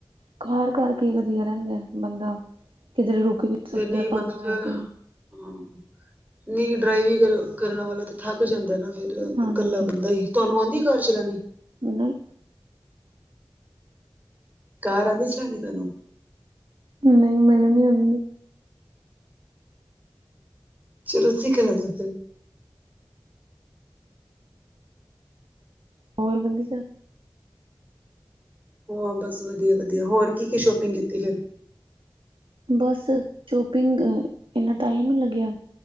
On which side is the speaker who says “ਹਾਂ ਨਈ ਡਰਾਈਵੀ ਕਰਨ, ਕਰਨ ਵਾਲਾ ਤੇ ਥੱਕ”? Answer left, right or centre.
Right